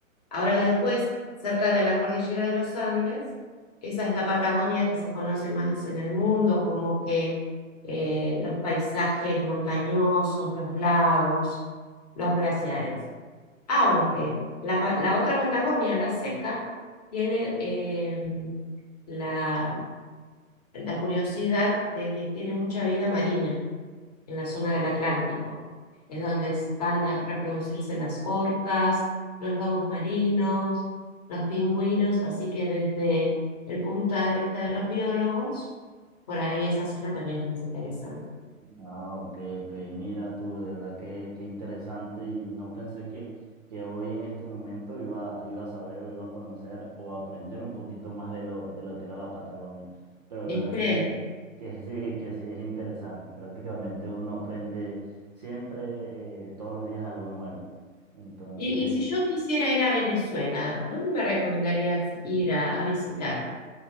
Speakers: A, on the left; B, on the right.
A: Ahora después, cerca de la cordillera de los Andes, esa es la Patagonia que se conoce más en el mundo, como que eh, los paisajes montañosos, los lagos, los glaciares. Aunque la, pa- la otra Patagonia, la seca, tiene em, la la curiosidad de que tiene mucha vida marina en la zona del Atlántico. Es donde s- van a reproducirse las orcas, los lobos marinos, los pingüinos, así que desde el punto de vista de los biólogos, por ahí esa zona también es más interesante.
B: Ah, ok, ok. Mira tú, de verdad que, que interesante y no pensé que, que hoy en este momento iba, iba a saber o iba a conocer o a aprender un poquito más de lo, de lo que era la Patagonia. Pero
A: ¿Viste?
B: de verdad que, que sí, que sí es interesante. Prácticamente uno aprende siempre, eh, todos los días algo nuevo. Entonces,
A: Y, y si yo quisiera ir a Venezuela, ¿dónde me recomendarías ir a, a visitar?